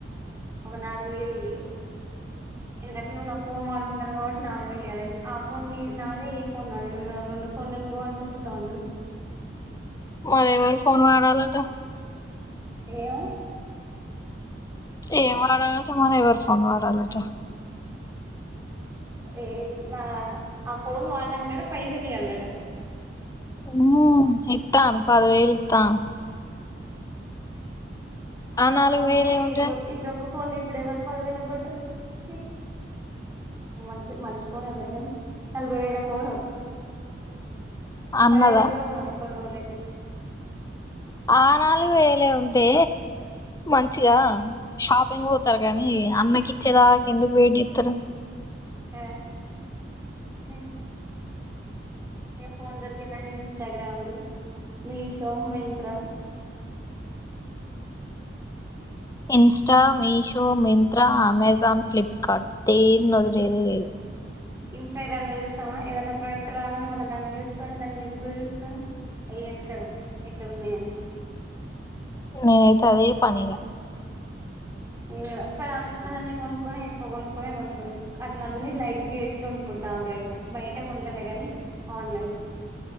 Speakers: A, on the right; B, on the left.
A: ఒక నాలుగు వేలి ఇయ్యి ఎందుకంటే ను్వు ఫోన్ వాడుకుంటాను కాబట్టి నాలుగు వేలు ఇవ్వలేదు ఆ ఫోన్ నాదే ఈ ఫోన్ నాదే రెండు ఫోన్ ఎందుకు వాడుకుంటున్నావు అంటు
B: మరేవరి ఫోన్ వాడాలటా
A: ఏమో
B: ఏమో వాడేల మన ఎవరి ఫోన్ వాడాలట
A: ఏ నా ఆ ఫోన్ వాడినందుకైన పైసలు ఇయ్యాలట
B: ఉమ్ ఇత్తాను పదివేలు ఇత్తాను
A: ఆ
B: నాలుగు
A: ఫోన్కే
B: వేలు ఏముంటాయి
A: ఇ ఇడొక్క ఫోన్ ఇప్పుడ ఎవరు పదివేలు కొంటారు ఛీ మంషి మంచి ఫోన్ లే గాని నలభై వేలా ఫోను
B: అన్నదా
A: పదివేలకు కూడా ఉన్నాది ఇంకొన్ని రోజులు అయితే
B: ఆ నాలుగు వేలే ఉంటే మంచిగా షాపింగ్ పోతారు కానీ అన్నకి ఇచ్చేదాక ఎందుకు వెయిట్ చేత్తరు
A: ఆ హ్మ్ ఏ ఫోన్ దొరికిందని ఇన్స్టాగ్రామ్లు మీషో మింత్రా
B: ఇన్స్టా మీషో మింత్ర అమెజాన్ ఫ్లిప్కార్ట్ దేన్నోదిలేదే లేదు.
A: ఇన్స్టాగ్రామ్లో చూస్తామా ఏదైనా ప్రోడక్ట్ రాగానే మళ్ళ దాన్ని చూసుకొని దాని లింకుల్ చూసుకొని అయే ఎతికాను ఎక్కడున్నాయని
B: నేనైతే అదే పనిగా
A: నేన్ కూడా కానంత్ అసలు నేను కొనుక్కొనే ఎక్కువ కొనుక్కొనే కొనుకుం అట్లన్ని లైక్ చేేసి కొనుకుంటా ఆన్లైన్ల బయట కొంటాలే గాని ఆన్లైన్